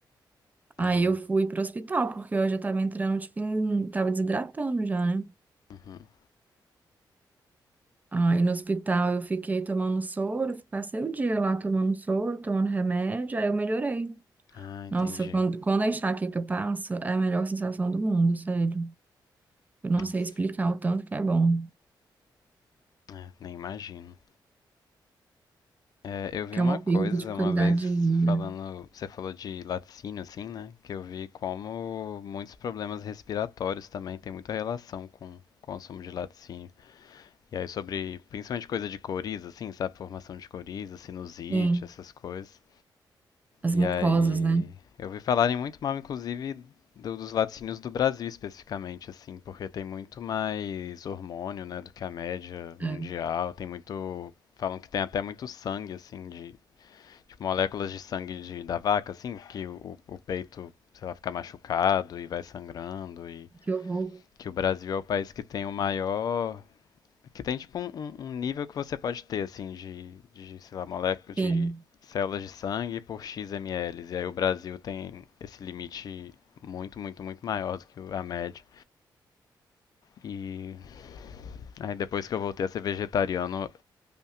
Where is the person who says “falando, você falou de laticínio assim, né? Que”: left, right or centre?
Left